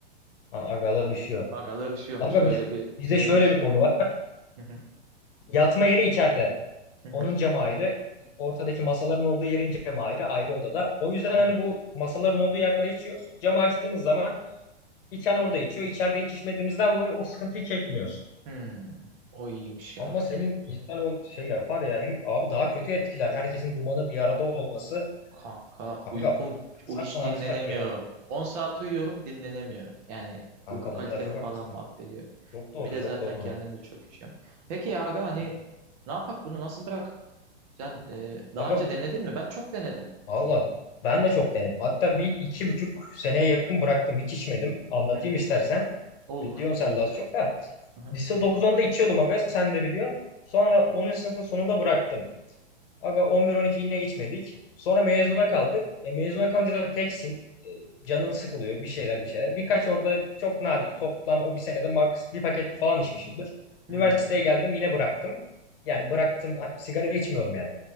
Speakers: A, on the left (about 55°); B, on the right (about 35°).
A: Ha, agalar üşüyor.
B: Agalar üşüyormuş.
A: Aga
B: Öyle
A: biz,
B: bir
A: bizde
B: şeye
A: şöyle
B: düşüyorlar.
A: bir konu var.
B: Hı hı,
A: Yatma yeri içeride.
B: hı hı,
A: Onun camı ayrı. Ortadaki masaların olduğu yerin camı ayrı. Ayrı odada. O yüzden
B: hı
A: hani
B: hı.
A: bu masaların olduğu yerde içiyoruz. Camı açtığımız zaman içen orada içiyor. İçeride hiç içmediğimizden dolayı o sıkıntıyı çekmiyoruz.
B: Hmm, o iyiymiş ya.
A: Ama senin cidden o şey yapar ya. Hem abi daha kötü etkiler. Herkesin dumanı bir arada olması.
B: Kanka
A: Kanka
B: uykum
A: bu- sakma
B: uy- hiç
A: ne
B: dinlenemiyorum.
A: yapsak ya.
B: 10 saat uyuyorum dinlenemiyorum. Yani
A: Kanka
B: uyku kalitemi
A: vallahi çok
B: falan
A: haklısın.
B: mahvediyor.
A: Çok doğru
B: Bir de
A: çok
B: zaten
A: doğru.
B: kendim de çok içiyorum. Peki ya aga hani
A: Hı hı.
B: ne yapak bunu nasıl bırak? Sen e, daha
A: Aga
B: önce denedin mi? Ben çok denedim.
A: Valla ben de çok denedim. Hatta bir iki buçuk seneye yakın bıraktım. Hiç içmedim. Anlatayım
B: Hı hı.
A: istersen.
B: Olur,
A: Biliyorsun
B: olur.
A: sen de az çok da.
B: Hı hı.
A: Lise dokuz onda içiyordum aga sen de biliyorsun. Sonra 10. sınıfın sonunda bıraktım. Aga 11-12 yine içmedik. Sonra mezuna kaldık. E, mezuna kalınca da teksin. E, canın sıkılıyor bir şeyler bir şeyler. Birkaç orada çok nadir. Toplam o bir senede max bir paket falan içmişimdir.
B: Hmm,
A: Üniversiteye geldim yine bıraktım. Yani
B: hı hı.
A: bıraktım a- sigara içmiyorum yani.